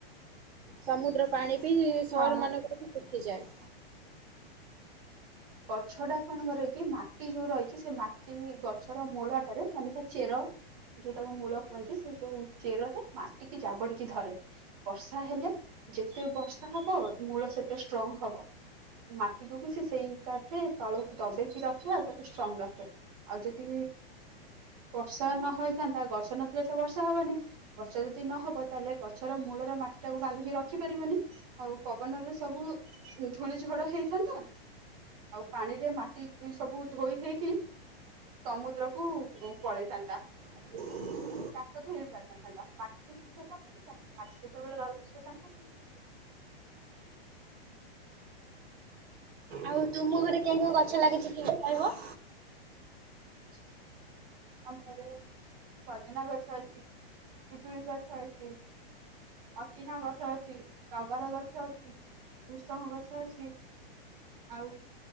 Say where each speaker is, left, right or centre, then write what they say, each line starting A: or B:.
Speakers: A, on the right; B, on the right.
A: ସମୁଦ୍ର ପାଣି ବି ସହର
B: ହଁ
A: ମାନଙ୍କରୁ ଶୁଖିଯାଏ।
B: ଗଛଟା କଣ କରେ କି ମାଟି ଯୋଉ ରହିଛି ସେ ମାଟି ଗଛର ମୂଳଟାରେ ମାନେ ତା ଚେର, ଯୋଉଟାକୁ ମୂଳ କୁହନ୍ତି ସେ ଯୋଉ ଚେରରେ ମାଟିକି ଜାବୁଡିକି ଧରେ, ବର୍ଷା ହେଲେ ଯେତେ ବର୍ଷା ହବ ମୂଳ ସେତେ ଷ୍ଟ୍ରଙ୍ଗ ହବ। ମାଟିକୁ ବି ସେ ସେଇ ହିସାବରେ ତଳକୁ ଦବେଇକି ରଖେ, ଆଉ ତାକୁ ଷ୍ଟ୍ରଙ୍ଗ ରଖେ। ଆଉ ଯଦି ବର୍ଷା ନହୋଇଥାନ୍ତା ଗଛ ନଥିଲେ ତ ବର୍ଷା ହବନି। ବର୍ଷା ଯଦି ନହବ ତାହଲେ ଗଛର ମୂଳର ମାଟିଟାକୁ ବାନ୍ଧିକି ରଖି ପାରିବନି। ଆଉ ପବନରେ ସବୁ ଧୂଳିଝଡ ହେଇଥାନ୍ତା, ଆଉ ପାଣିରେ ମାଟି ସବୁ ଧୋଇ ହେଇକି। ସମୁଦ୍ରକୁୁ ପଳେଇଥାନ୍ତା।
A: <inaudible>
B: ତ ଚାଷ ବି ହେଇପାରିଥାନ୍ତା ମାଟି ଥିଲେ ସିନା ଚାଷ ହେଇଥାନ୍ତା ମାଟି ଯେତେବେଳେ ରହିବନି ତ ଚାଷ <unintelligible>
A: ଆଉ ତୁମ ଘରେ କେଉଁ କେଉଁ ଗଛ ଲାଗିଛି ଟିକେ କହିବ?
B: <inaudible> ଆମ ଘରେ ସଜନା ଗଛ ଅଛି, ପିଜୁଳି ଗଛ ଅଛି। ଅଚିହ୍ନା ଗଛ ଅଛି, ଟଗର ଗଛ ଅଛି, ଭୂଷଙ୍ଗ ଗଛ ଅଛି। ଆଉ